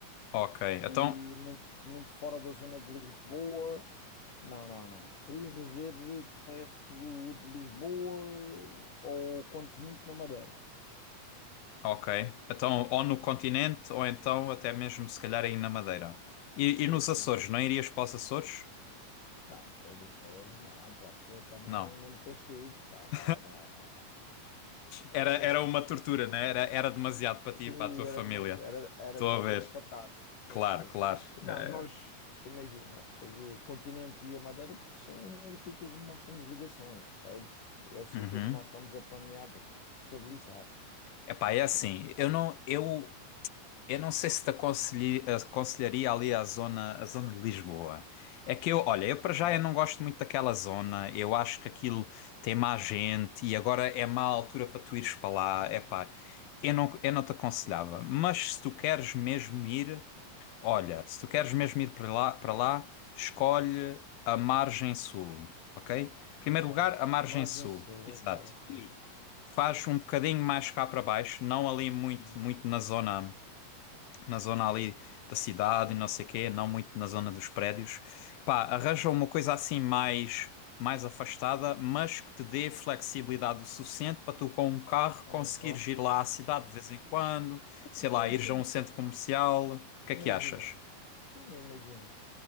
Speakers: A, on the left; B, on the left.
A: Ok, então,
B: E muito, muito fora da zona de Lisboa. Não, não, não. Queria viver perto de Lisboa ou quanto muito na Madeira.
A: Ok. Então, ou no continente, ou então até mesmo se calhar aí na Madeira. E,
B: Sim,
A: e nos
B: sim,
A: Açores,
B: sim.
A: não irias para os Açores?
B: Não, para os Açores, não, pá, foi também,
A: Não.
B: não me castigues, pá, não,
A: <laughs>
B: não, não,
A: Era,
B: não.
A: era uma tortura, né? Era, era demasiado para
B: Sim,
A: ti e para a tua
B: era
A: família.
B: demasiado, era, era
A: Estou
B: demasiado
A: a ver.
B: pacato. Sim,
A: Claro,
B: sim.
A: claro.
B: Não,
A: Eh,
B: nós, imagina, eh, Continente e a Madeira, porque são os sítios onde nós temos ligações, percebes? É o sítio
A: Uhum.
B: onde nós estamos a planear estabilizar.
A: Epá,
B: Estás a perceber?
A: é assim, eu não, eu Eu não sei se te aconselhi- aconselharia ali a zona, a zona de Lisboa. É que eu, olha, eu
B: Ok,
A: para já eu não gosto muito daquela zona. Eu acho que aquilo tem má gente e agora é má altura para tu ires para lá. Epá, eu não, eu não te aconselhava. Mas se tu queres mesmo ir, olha, se tu queres mesmo ir para lá, para lá, escolhe a margem sul, ok? Primeiro
B: ok.
A: lugar, a margem
B: Margem
A: sul.
B: Sul,
A: Exato.
B: ok, ok.
A: E faz um bocadinho mais cá para baixo, não ali muito,
B: Hum,
A: muito na zona na zona ali da cidade, e
B: ok.
A: não sei quê, não muito na zona dos prédios. Pá, arranja uma coisa assim mais mais afastada, mas que te dê flexibilidade o suficiente para tu com um carro
B: Ok.
A: conseguires ir lá à cidade de vez em quando, sei
B: Sim,
A: lá, ires
B: sim. sim.
A: a um centro comercial. O que
B: Imagina.
A: é que achas?
B: Sim, imagina.